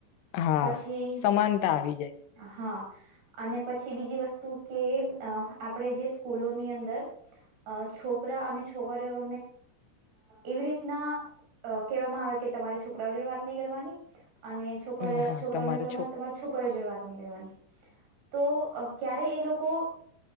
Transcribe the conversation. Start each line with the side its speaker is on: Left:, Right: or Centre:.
Left: હા
Right: પછી
Left: સમાનતા આવી જાય
Right: હા અને પછી બીજી વસ્તુ કે આપણે જે સ્કૂલોની અંદર છોકરા અને છોકરીઓ એવી રીતના કહેવામાં આવે કે તમારે છોકરાઓ જોડે વાત નહી કરવાની અને છોકરી
Left: હમ હા
Right: છોકરાઓની
Left: તમારે
Right: કત તમારી છોકરીઓ જોડે વાત નહી કરવાની તો ક્યારેય એ લોકો